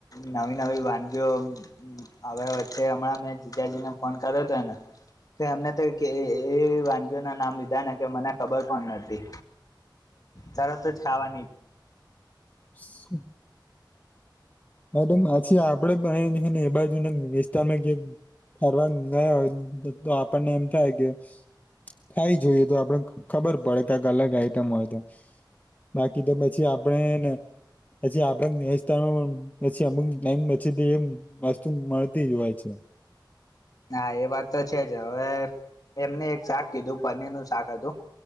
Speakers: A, on the left (about 50°); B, on the left (about 20°).
A: નવી નવી વાનગીઓ આવ્યા વચ્ચે હમણાં મેં જીજાજીને ફોન કર્યો હતોને કે અમને તો એ વાનગીઓ ના નામ લીધા ના કે મને ખબર પણ નથી તરત જ ખાવાની
B: <inaudible> હ પછી આપડે પણ ને એ બાજુ ને વિસ્તાાર કે ફરવા નઈ હોય તો આપણને એમ થાય કે થાય જોઈએ તો આપડે ખબર પડે કક અલગ આઈટમ હોય તો બાકી તો પછી આપડે ને પછી આપડે <unintelligible> પછી અમુક ટાઈમ પછી એમ વસ્તુ મળતી જ હોય છે.
A: હા એ વાત તો છે. જ હવે એમને એક શાક કીધું પનીર નું શાક હતું